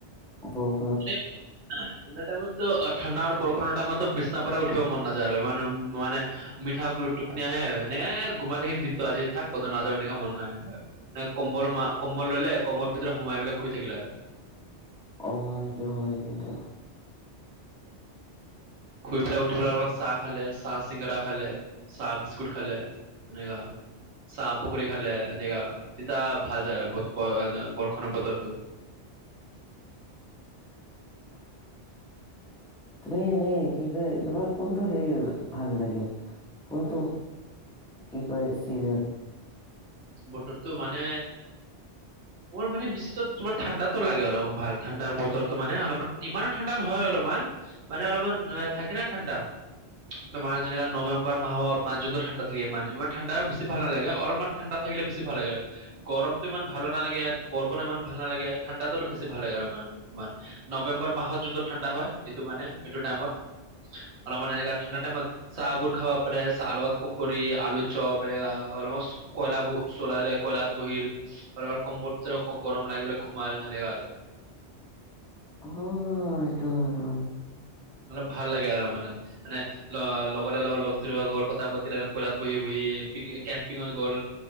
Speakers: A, in the centre; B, on the right.
A: বৰ
B: ছেম। ঠাণ্ডা টাইমতো ঠাণ্ডা আৰু বৰষুণৰ টাইমতটো বিচনা পৰে উঠিব মন নাযায় আৰু মানে মিঠা টোপনি আহে। এনেকে ঘোমাই থাকিম দিনটো আজি থাক কতো নাযাম এনেকা মন নাহে। ন কম্বল কম্বল ললে কম্বলৰ ভিতৰত সোমাই মেলি শুই থাকিলে আৰু।
A: অঁ, সেইটো হয় কিন্তু।
B: শুই পেলাই উঠি পেলাই একাপ চাহ খালে, চাহ চিংগৰা খালে, চাহ বিস্কুট খালে এনেকুৱা। চাহ পকৰি খালে এনেকুৱা। তেতিয়া ভাল যাই বৰষুণৰ বতৰটো।
A: <inaudible> তুমি এনেই কি কয় তোমাৰ কোনটো হেৰি ভাল লাগে? কোনটো কি কয় চিজন?
B: বতৰটো মানে, মোৰ মানে বিশেষকে তোমাৰ ঠাণ্ডাতো লাগে, অলপ ভাল ঠাণ্ডাৰ বতৰটো মানে অলপমান ইমান ঠাণ্ডা নহয় অলপমান। মানে অলপমান থাকে ন ঠাণ্ডা। তোমাৰ যেনেকা নৱেম্বৰ মাহৰ মাজতে ঠাণ্ডা থাকে ইমান, ইমান ঠাণ্ডা বেছি ভাল নালাগে, অলপমান ঠাণ্ডা থাকিলে বেছি ভাল লাগে। গৰমটো ইমান ভালো নালাগে, বৰষুণো ইমান ভাল নালাগে। ঠাণ্ডাতো অলপ বেছি ভাল লাগে আৰু অলপমান। নৱেম্বৰ মাহত যোনটো ঠাণ্ডা হয়, এইটো মানে এইটো টাইমত অলপমান এনেকা ঠাণ্ডা টাইমত, চাহ বোৰ খাব পাৰে, চাহ লগত পকৰী আলু চপ এনেকুৱা। অলপ কয়লা বোৰ জলালে কয়লাত বহিল কম্ফৰ্ত ধৰ গৰম লাগিব ঘোমাল এনেকা আৰু।
A: হ'। অ' এইটো হয় অঁ।
B: অলপ ভাল লাগে আৰু মানে, মানে লগৰে লগত লগ ধৰিব গল কথা পাতি কয়লাত বহি বহি কেম্পিঙত গ'ল